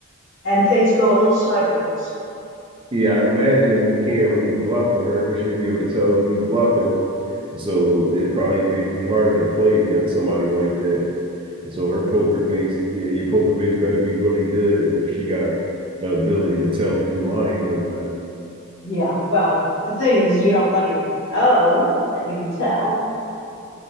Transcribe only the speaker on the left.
and things go a little sideways.
Yeah. Well, the thing is, you don't let anyone know that you can tell.